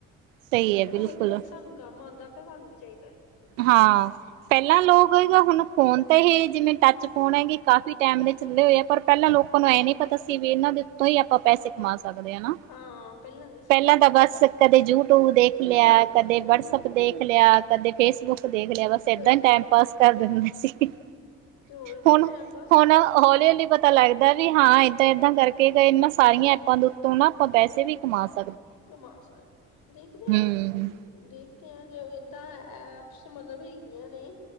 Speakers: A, on the right (about 85°); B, on the left (about 70°).
A: ਸਹੀ ਐ
B: ਚਲੋ
A: ਬਿਲਕੁਲ।
B: ਵਧੀਆ ਸਾਨੂੰ ਕੰਮ, ਮੰਨਦਾ ਤਾ ਸਾਨੂੰ ਵੀ ਚਾਹੀਦਾ।
A: ਹਾਂ ਪਹਿਲਾਂ ਲੋਕ ਹੈਗਾ ਹੁਣ ਫੋਨ ਤੇ ਹੀ ਜਿਵੇਂ ਟੱਚ ਫੋਨ ਹੈਗੇ ਕਾਫ਼ੀ ਟਾਈਮ ਦੇ ਚੱਲੇ ਹੋਏ ਆ ਪਰ ਪਹਿਲਾਂ ਲੋਕਾਂ ਨੂੰ ਇਹ ਨੀ ਪਤਾ ਸੀ ਵੀ ਇਹਨਾਂ ਦੇ ਉੱਤੋਂ ਹੀ ਆਪਾਂ ਪੈਸੇ ਕਮਾ ਸਕ ਕਦੇ ਆ ਨਾ
B: ਹਾਂ ਨਹੀਂ ਸੀ
A: ਪਹਿਲਾਂ
B: ਪਤਾ
A: ਤਾਂ ਬਸ ਕਦੇ ਯੂਟਿਊਬ ਦੇਖ ਲਿਆ ਕਦੇ
B: ਹਮ
A: ਵਟਸਐਪ ਦੇਖ ਲਿਆ। ਕਦੇ ਫੇਸਬੁੱਕ, ਦੇਖ ਲਿਆ ਬਸ
B: ਸਹੀ
A: ਏਦਾਂ ਹੀ ਟਾਈਮ ਪਾਸ ਕਰ, ਕਰਨਾ ਸੀ।
B: ਤੇ ਹੋਰ
A: ਹੁਣ
B: ਦਾ ਹੀ ਟਾਈਮ ਪਾਸ
A: ਹੁਣ
B: ਕਰ
A: ਹੌਲੀ-ਹੌਲੀ ਪਤਾ, ਤਾਂ ਲੱਗਦਾ ਵੀ ਹਾਂ ਇੱਦਾਂ ਏਦਾਂ ਕਰਕੇ ਇਹਨਾਂ ਸਾਰੀਆਂ ਐਪਾਂ ਦੇ ਉੱਤੋਂ ਨਾ ਆਪਾਂ ਪੈਸੇ ਵੀ ਕਮਾ ਸਕ
B: ਕਮਾ ਸਕਦੇ ਹਾਂ ਦੇਖਦੇ
A: ਹੂੰ
B: ਹਾਂ ਦੇਖ, ਤੇ ਜੇ ਏਦਾਂ ਐਪਸ ਮਤਲਬ ਹੈਗੀਆਂ ਨੇ,